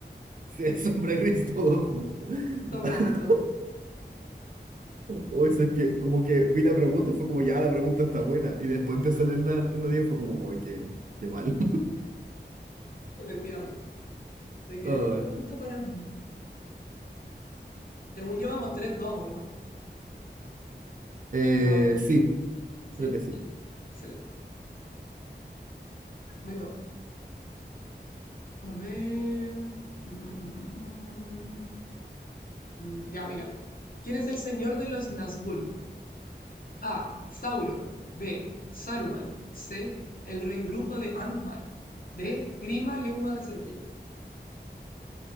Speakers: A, on the right; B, on the left.
A: sí, sombra gris todo junto.
B: Sombra
A: <laughs>
B: y todo junto.
A: O eso es que como que vi la pregunta y fue como, ya, la pregunta está buena. Y después empecé a leer la alternativa y fue como, ay, qué, qué mal.
B: Efectivamente. Así que,
A: <laughs> Ay,
B: punto para mí. Según yo, vamos 3-2, ¿no?
A: eh,
B: ¿O no vamos?
A: sí,
B: ¿Sí?
A: creo que sí.
B: Ya, excelente. Me toca. A ver. Mm, mm, mm, mm, mm. Mm, ya, mira. ¿Quién es el señor de los Nazgûl? A. Sauron. B. Saruman. C. El rey brujo de Angmar. D. Grima, lengua de serpiente.